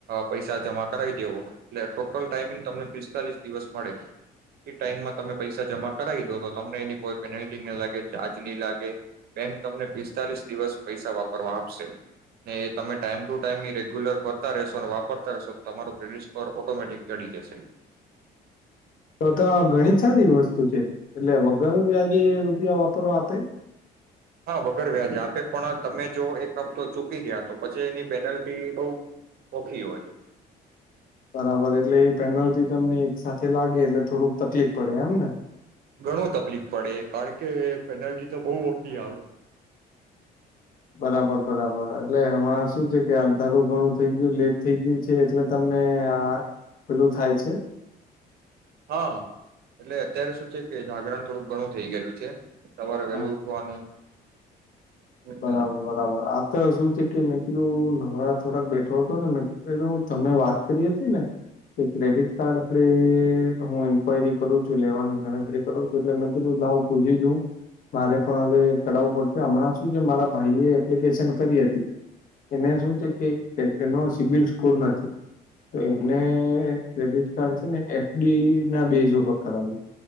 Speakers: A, on the right; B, on the left.
A: પૈસા જમા કરાઈ દેવો એટલે ટોટલ ટાઈમિંગ તમને પિસ્તાલીસ દિવસ મળે એ ટાઈમમાં તમે પૈસા જમા કરાવી દો તો તમને એની કોઈ પેનલ્ટી નહી લાગે ચાર્જ નહીં લાગે બેંક તમને પિસ્તાલીસ દિવસ પૈસા વાપરવા આપશે ને એ તમે ટાઈમ ટુ ટાઈમ <unintelligible> રેગ્યુલર કરતા રહેશો અને વાપરતા રહેશો તો તમારું ક્રેડિટ સ્કોર ઓટોમેટિક ચડી જશે.
B: તો તો ઘણી સારી વસ્તુ છે એટલે વગર વ્યાજે રૂપિયા વાપરવા આપે.
A: હા વગર વ્યાજે આપે પણ તમે જો એક હપ્તો ચૂકી ગયા તો પછી એની પેનલ્ટી બહુ ઓખી હોય.
B: બરાબર એટલે એ પેનલ્ટી તમને એક સાથે લાગે એટલે થોડુંક તકલીફ પડે એમ ને?
A: ઘણું તકલીફ પડે કારણ કે પેનાલ્ટી તો બહુ ઓખી આવે.
B: બરાબર બરાબર એટલે હમણાં શું છે કે અંધારું ઘણું થઈ ગયું લેટ થઈ ગયું છે એટલે તમને આ પેલું થાય છે.
A: હા એટલે અત્યારે શું છે કે જાગરણ થોડુંક ઘણું થઇ ગયેલું છે. સવારે વેલું
B: હા
A: ઉઠવાનું હમ
B: બરાબર, બરાબર આ. શું છે કે મેં કીધું, નરા થોડાક બેઠો હતો ને મેું તમે વાત કરી હતી ને કે ક્રેડિટ કાર્ડ આપણે હું ન્કવાયરી કરું છું લેવાની ગણતરી કરું છું એટલે મેં કીધું લાવું, પૂછી જોઉું મારે પણ હવે કરાવું પડશે હમણાં જ. હુ કે મારા ભાઈએ એપ્લિકેશન કરી હતી. એને શું છે કે એક જણ નો સિબિલ સ્કોર નથી, તો એને ક્રેડિટ કાર્ડ છે ને એફ ડી ના બેસ ઉપર કરાવ્યું.